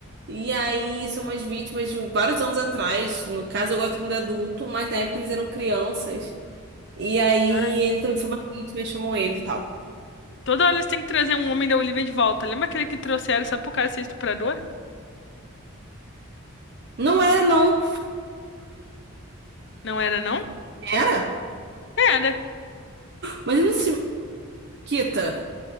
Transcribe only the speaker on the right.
E aí são umas vítimas de um, vários anos atrás. No caso, agora todo mundo é adulto, mas na época eles eram crianças. E aí
ele também foi uma vítima e chamam ele e tal.
Não era, não.
Era?
Mas ele não se quita.